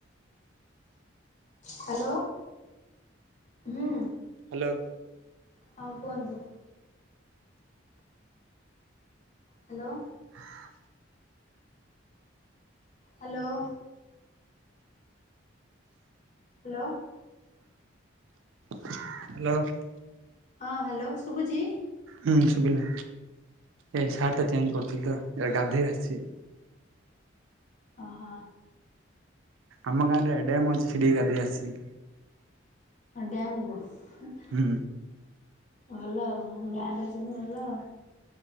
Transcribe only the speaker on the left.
ହାଲୋ, ହୁଁ
ହଁ କୁହନ୍ତୁ? ହାଲୋ
ହାଲୋ ହାଲୋ
ହଁ, ହାଲୋ ଶୁଭୁଛି?
ଅହ।
ହଁ ଡ୍ୟାମ୍ କୁ? ହୁ
ଭଲ ଆଉ, ଗାଁରେ ରହିଛନ୍ତି ଭଲ ଆ।